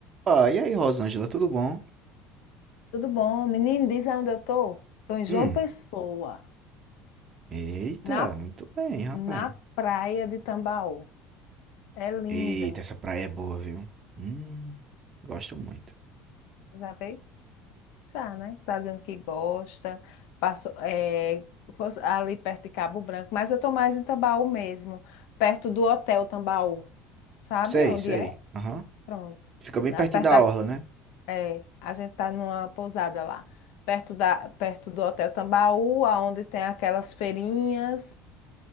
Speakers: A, on the right; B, on the left.
A: Ah, e aí, Rosângela, tudo bom?
B: Tudo bom? Menino, diz onde eu tô? Tô em João
A: Hum,
B: Pessoa,
A: eita,
B: na,
A: muito bem, rapaz.
B: na praia de Tambaú. É linda.
A: Eita, essa praia é boa, viu? Hum, gosto muito.
B: Já veio? Já, né? Tá dizendo que gosta. Passou, é, fosse ali perto de Cabo Branco, mas eu tô mais em Tambaú mesmo, perto do Hotel Tambaú. Sabe
A: Sei,
B: onde
A: sei.
B: é?
A: Aham.
B: Pronto.
A: Fica bem
B: Lá
A: pertinho
B: Perto
A: da
B: da,
A: orla, né?
B: é, a gente tá numa pousada lá, perto da, perto do Hotel Tambaú, aonde tem aquelas feirinhas.